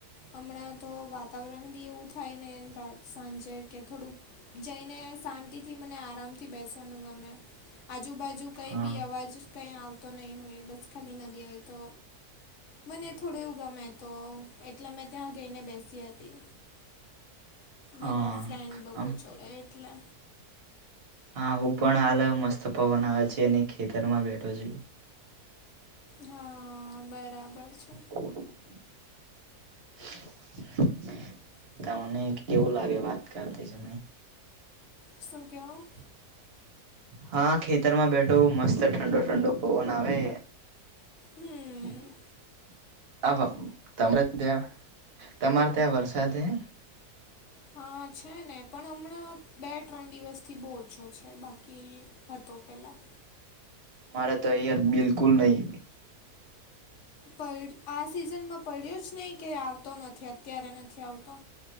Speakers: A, on the left (about 55°); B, on the right (about 45°).
A: હમણાં તો વાતાવરણ બી એવું થાય ને રાત સાંજે કે થોડુંક, જઈને શાંતિ થી મને આરામથી, બેસવાનું ગમે આજુબાજુ કઈ
B: હા
A: બી આવાજ, કઈ આવતો નહી હોય બસ ખાલી નદી હોય તો મને થોડું એવું, ગમે તો એટલે મેં ત્યાં ગઈને બેસી હતી,
B: હા
A: મારા ફ્રેન્ડ લોકો
B: આમ
A: જોડે એટલે,
B: હા હું પણ હાલ મસ્ત પવન આવે છે. અને ખેતર માં બેઠો છું.
A: હા બરાબર છે.
B: <inaudible> તમને કેવું લાગે વાત કરતા સમય,
A: સુ કયો.
B: હા, ખેતરમાં બેઠો. મસ્ત ઠંડો, ઠંડો, પવન આવે.
A: હમ
B: <inaudible> આવા તમે ત્યાં તમારે ત્યાં વરસાદ છે.
A: હા છે ને પણ હમણાં બે ત્રણ દિવસ થી બહુ ઓછો છે બાકી. કે હતો પહેલાં.
B: મારે તો અહીંયા બિલકુલ નહી,
A: પણ આ સિઝનમાં પડ્યો જ નહીં કે, આવતો નથી અત્યારે નથી આવતો.